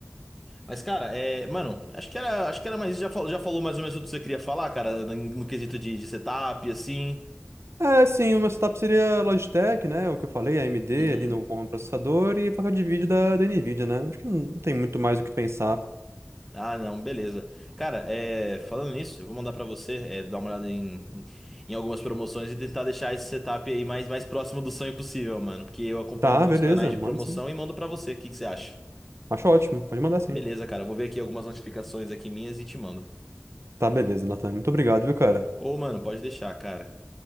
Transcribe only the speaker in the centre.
Mas, cara, é, mano, acho que era, acho que era mais, já, fal- já falou mais ou menos o que você queria falar, cara, no, no quesito de, de setup, assim.
Uhum.
Ah, não, beleza. Cara, é, falando nisso, eu vou mandar pra você é, dar uma olhada em, em, em algumas promoções e tentar deixar esse setup aí mais, mais próximo do sonho possível, mano. Porque eu acompanho
muitos
canais de
promoção
e mando pra você. O que que você acha?
Beleza, cara, eu vou ver aqui algumas notificações aqui minhas e te mando.
Ô, mano, pode deixar, cara.